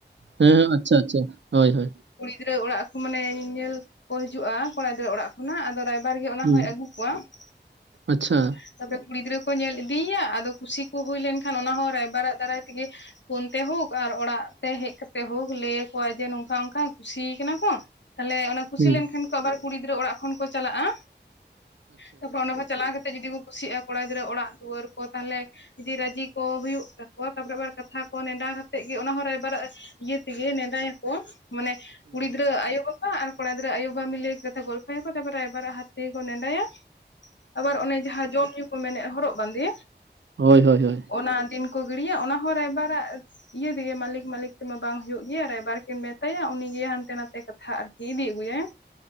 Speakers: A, on the right; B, on the left.
A: ᱦᱮᱸ ᱦᱮᱸ ᱟᱪᱪᱷᱟ ᱟᱪᱪᱷᱟ ᱦᱚᱭ ᱦᱚᱭ ᱾
B: ᱠᱩᱲᱤ ᱜᱤᱫᱽᱨᱟᱹ ᱚᱲᱟᱜ ᱠᱚ ᱢᱟᱱᱮ ᱧᱮᱧᱮᱞ ᱠᱚ ᱦᱤᱡᱩᱜᱼᱟ ᱠᱚᱲᱟ ᱜᱤᱫᱽᱨᱟᱹ ᱚᱲᱟᱜ ᱠᱷᱚᱱᱟᱜ ᱟᱫᱚ ᱨᱟᱭᱵᱟᱨ ᱜᱮ ᱚᱱᱟ
A: ᱦᱩᱸ
B: ᱦᱚᱸᱭ ᱟᱹᱜᱩ ᱠᱚᱣᱟ ᱾
A: ᱟᱪᱪᱷᱟ
B: ᱛᱟᱨᱯᱚᱨᱮ ᱠᱩᱲᱤ ᱜᱤᱫᱽᱨᱟᱹ ᱠᱚ ᱧᱮᱞ ᱤᱫᱤᱭᱮᱭᱟ ᱟᱫᱚ ᱠᱩᱥᱤ ᱠᱚ ᱦᱩᱭ ᱞᱮᱱᱠᱷᱟᱱ ᱚᱱᱟ ᱦᱚᱸ ᱨᱟᱭᱵᱟᱨᱟᱜ ᱫᱟᱨᱟᱭ ᱛᱮ ᱜᱮ ᱯᱷᱳᱱ ᱛᱮ ᱦᱳᱠ ᱟᱨ ᱚᱲᱟᱜ ᱛᱮ ᱦᱮᱡ ᱠᱟᱛᱮ ᱦᱳᱠ ᱞᱟᱹᱭ ᱟᱠᱚᱣᱟᱭ ᱡᱮ ᱱᱚᱝᱠᱟ ᱚᱱᱠᱟ ᱠᱩᱥᱤ ᱟᱠᱟᱱᱟ ᱠᱚ ᱾ ᱛᱟᱦᱞᱮ ᱚᱱᱟ ᱠᱩᱥᱤ
A: ᱦᱩᱸ
B: ᱞᱮᱱ ᱠᱷᱟᱱ ᱠᱚ ᱟᱵᱟᱨ ᱠᱩᱲᱤ ᱜᱤᱫᱽᱨᱟᱹ ᱚᱲᱟᱜ ᱠᱷᱚᱱ ᱠᱚ ᱪᱟᱞᱟᱜᱼᱟ ᱛᱟᱨ ᱯᱚᱨᱮ ᱚᱸᱰᱮ ᱠᱷᱚᱡ ᱪᱟᱞᱟᱣ ᱠᱟᱛᱮ ᱡᱩᱫᱤ ᱠᱚ ᱠᱩᱥᱤᱜᱼᱟ ᱠᱚᱲᱟ ᱜᱤᱫᱽᱨᱟᱹ ᱚᱲᱟᱜ ᱫᱩᱣᱟᱹᱨ ᱠᱚ ᱛᱟᱦᱞᱮ ᱡᱩᱫᱤ ᱨᱟᱹᱡᱤ ᱠᱚ ᱦᱩᱭᱩᱜ ᱛᱟᱠᱚᱣᱟ ᱛᱟᱨ ᱯᱚᱨᱮ ᱟᱵᱟᱨ ᱠᱟᱛᱷᱟ ᱠᱚ ᱱᱮᱰᱟ ᱠᱟᱛᱮᱫ ᱜᱮ ᱚᱱᱟ ᱦᱚᱸ ᱨᱟᱭᱵᱟᱨᱟᱜ ᱤᱭᱟᱹ ᱛᱮ ᱜᱮ ᱱᱮᱰᱟᱭᱟᱠᱚ ᱾ ᱢᱟᱱᱮ ᱠᱩᱲᱤ ᱜᱤᱫᱽᱨᱟᱹ ᱟᱭᱳ ᱵ ᱟᱨ ᱠᱚᱲᱟ ᱜᱤᱫᱽᱨᱟᱹ ᱟᱭᱳ ᱵᱟᱵᱟ ᱢᱤᱞᱟᱹᱭᱟ ᱠᱟᱛᱷᱟ ᱜᱚᱞᱯᱷᱚᱭ ᱟᱠᱚ, ᱛᱟᱨ ᱯᱚᱨᱮ ᱨᱟᱭᱵᱟᱨᱟᱜ ᱦᱟᱛ ᱛᱮ ᱜᱮ ᱠᱚ ᱱᱮᱰᱟᱭᱟ᱾ ᱟᱵᱟᱨ ᱚᱱᱮ ᱡᱟᱦᱟᱸ, ᱡᱚᱢ ᱧᱩ ᱠᱚ ᱢᱮᱱᱮᱫᱼᱟ ᱦᱚᱨᱚᱜ ᱵᱟᱸᱫᱮ᱾
A: ᱦᱚᱭ ᱦᱚᱭ, ᱦᱚᱭ
B: ᱚᱱᱟ ᱫᱤᱱ ᱠᱚ ᱜᱤᱲᱤᱭᱟ, ᱚᱱᱟᱦᱚᱸ ᱨᱟᱭᱵᱟᱨᱟᱜ ᱤᱭᱟᱹ ᱫᱤᱭᱟ ᱢᱟᱹᱞᱤᱠ ᱢᱟᱹᱞᱤᱠ ᱛᱮᱢᱟ ᱵᱟᱝ ᱦᱩᱭᱩᱜ ᱜᱮᱭᱟ, ᱨᱟᱭᱵᱟᱨ ᱠᱤᱱ ᱢᱮᱛᱟᱭᱟ ᱩᱱᱤᱜᱮ ᱦᱟᱱᱛᱮ ᱱᱟᱛᱮ ᱠᱟᱛᱷᱟ ᱟᱨ ᱤᱻᱫᱤ ᱟᱹᱜᱩᱭᱟᱭ